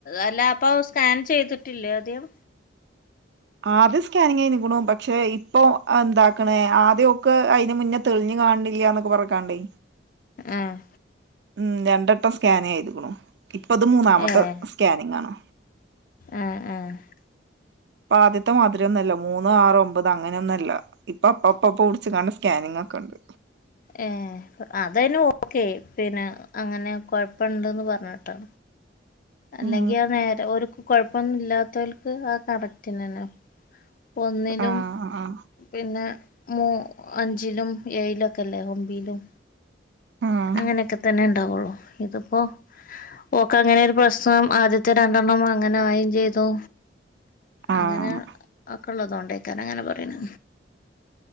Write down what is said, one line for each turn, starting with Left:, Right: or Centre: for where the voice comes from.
Left: അല്ല അപ്പോ സ്കാൻ ചെയ്തിട്ടില്ലേ ആദ്യം
Right: ആദ്യം സ്കാനിങ്ങയിനക്കണു പക്ഷെ ഇപ്പൊ അന്താക്കണേ ആദ്യം ഓക് അയിന് മുന്നെ തെളിഞ്ഞു കാണില്ലാന്നക്ക് പറഞ്ക്കാണ്ടേ
Left: ആഹ്
Right: ഉം രണ്ടെട്ടം സ്കാന്യ്തുക്കണു ഇപ്പത് മൂന്നാമത്തെ
Left: ഏഹ്
Right: സ്കാനിങ് ആണ്
Left: ആഹ് ആഹ്
Right: ആദ്യത്തെ മാതിരിയൊന്നല്ല മൂന്ന് മൂന്നു ആറ് ഒമ്പത് അങ്ങനൊന്നല്ല ഇപ്പൊ അപ്പ അപ്പപ്പൊ ടിച്ച് കണ്ട സ്കാനിങ്‌ ഒക്കെ ഉണ്ട്
Left: ഏഹ് അതന് ഓക്കെ പിന്നെ അങ്ങനെ കൊഴപ്പുണ്ടന്ന് പറഞ്ഞിട്ട് അല്ലെങ്കി
Right: ഉം
Left: ആ നേരെ ഒരുക്ക് കൊഴപ്പൊന്നും ല്ലാത്തോൽക്ക് ആ കറക്റ്റനന്നെ ഒന്നിലും
Right: ആഹ് ആഹ്
Left: പിന്നെ മു അഞ്ചിലും ഏയി ലൊക്കെല്ലേ ഒമ്പീ ലും
Right: ആഹ്
Left: അങ്ങനെക്കെ തന്നെ ഇണ്ടാവുള്ളൂ ഇതിപ്പോ ഓക്കങ്ങനൊരു പ്രശ്നം ആദ്യത്തെ രണ്ടെണ്ണം അങ്ങനെ ആയും ചെയ്തു.
Right: ആഹ്
Left: അങ്ങനെ ഒക്കെള്ളതോണ്ടേക്കാരം അങ്ങനെ പറീ ണ്